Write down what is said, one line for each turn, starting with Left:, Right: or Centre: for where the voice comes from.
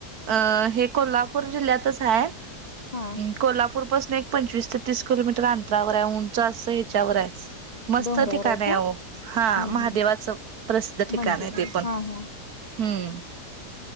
Right: अ हे कोल्हापूर जिल्ह्यातच आहे हम्म
Left: हा
Right: कोल्हापूर पूरपासून एक पंचवीस ते तीस किलोमीटर अंतरावर आहे उंच असं ह्याच्यावर आहे मस्त
Left: डोंगरावर
Right: ठिकाण आहे
Left: काय?
Right: हो हा
Left: हम्म
Right: महादेवाचं
Left: हम्म
Right: प्रसिद्ध ठिकाण
Left: मंदिर
Right: आहे ते पण
Left: हा हा.
Right: हम्म